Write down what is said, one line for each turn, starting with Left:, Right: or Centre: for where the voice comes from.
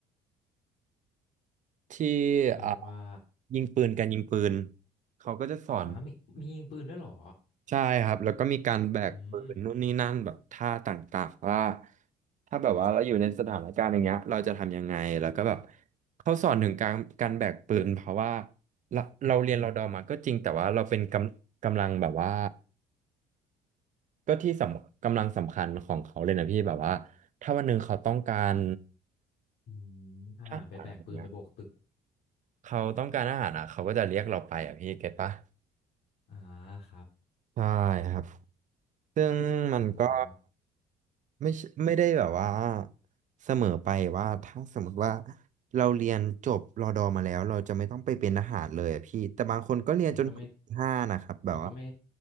Right: ที่
Left: เขาเรียกว่า
Right: อ่ายิงปืนการยิงปืนเขาก็จะสอน
Left: อ่ามีมียิงปืนด้วยเหรอ
Right: ใช่ครับแล้วก็มีการแบกปืนนู่นนี่นั่นแบบท่าต่างๆว่า
Left: อืม
Right: ถ้าแบบว่าเราอยู่ในสถานการณ์อย่างเงี้ยเราจะทำยังไงแล้วก็แบบเขาสอนถึงการการแบกปืนเพราะว่าเราเราเรียนรอดอมาก็จริงแต่ว่าเราเป็นกำกำลังแบบว่าก็ที่สำกำลังสำคัญของเขาเลยนะพี่แบบว่าถ้าวันหนึ่งเขาต้องการ
Left: อืมทหารไปแบกปืนไปโบกตึก
Right: อาหารเนะเขาต้องการอาหารอ่ะเขาก็จะเรียกเราไปอ่ะพี่เก็ตปะ
Left: อ่าครับ
Right: ใช่ครับซึ่งมันก็
Left: โอ้โห
Right: ไม่ใช่ไม่ได้แบบว่าเสมอไปว่าถ้าสมมติว่าเราเรียนจบรอดอมาแล้วเราจะไม่ต้องไปเป็นทหารเลยอะพี่แต่บางคนก็เรียนจนถึงห้านะครับแบบว่า
Left: มันก็ไม่ มันก็ไม่